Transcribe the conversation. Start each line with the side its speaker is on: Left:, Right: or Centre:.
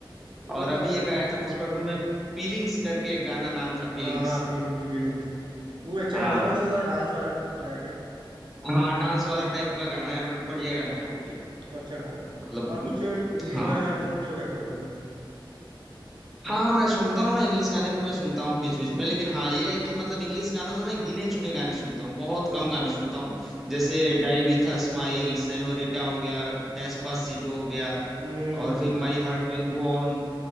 Right: तो वही
Centre: और अभी
Right: थोड़े
Centre: एक आया था पुष्पा
Right: हम्म,
Centre: टू में पीलिंग्स करके एक गाना नाम था
Right: हाँ
Centre: पीलिंग्स
Right: फीलिंग्स फीलिंग्स वो भी अच्छा
Centre: हाँ
Right: गाना था वो तो थोड़ा डांस वाला ट्रैक है
Centre: हाँ डांस वाला टाइप का गाना है बट बढ़िया गाना
Right: हम्म,
Centre: है वो भी
Right: वो अच्छा गाना है।
Centre: मतलब
Right: और कुछ इंग्लिश
Centre: हाँ
Right: वगैरह गाने सुनते हो क्या कभी कभी
Centre: हाँ हाँ मैं सुनता हूँ ना इंग्लिश गाने भी मैं सुनता हूँ बीच बीच में लेकिन हाँ ये
Right: हम्म,
Centre: है कि मतलब इंग्लिश गानों में मैं गिने चुने गाने सुनता हूँ बहुत
Right: अच्छा
Centre: कम गाने सुनता हूँ जैसे die with a smile Senorita हो गया डेस्पासितो
Right: हम्म
Centre: हो गया
Right: हम्म
Centre: और फिर my heart will go on